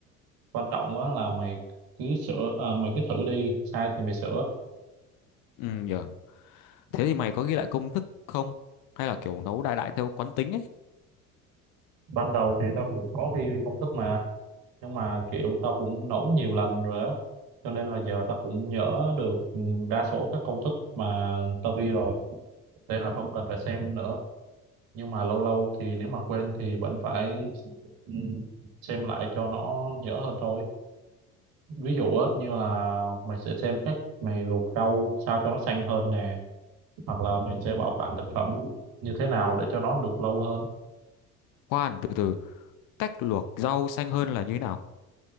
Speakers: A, on the right; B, on the left.
A: quan trọng á là mày cứ sửa à, mày cứ thử đi sai thì mày sửa
B: Ừ nhở, thế thì mày có ghi lại công thức không? Hay là kiểu nấu đại đại theo quán tính ấy?
A: ban đầu thì tao cũng có ghi công thức mà nhưng mà kiểu tao cũng nấu nhiều lần rồi á cho nên là giờ tao cũng nhớ được ừ, đa số các công thức mà tao ghi rồi thế là không cần phải xem nữa nhưng mà lâu lâu thì nếu mà quên thì vẫn phải ừ, xem lại cho nó nhớ hơn thôi ví dụ á như là mày sẽ xem cách mày luộc rau sao cho nó xanh hơn nè hoặc là mày sẽ bảo quản thực phẩm như thế nào để cho nó được lâu hơn
B: Khoan, từ từ, cách luộc rau xanh hơn là như thế nào?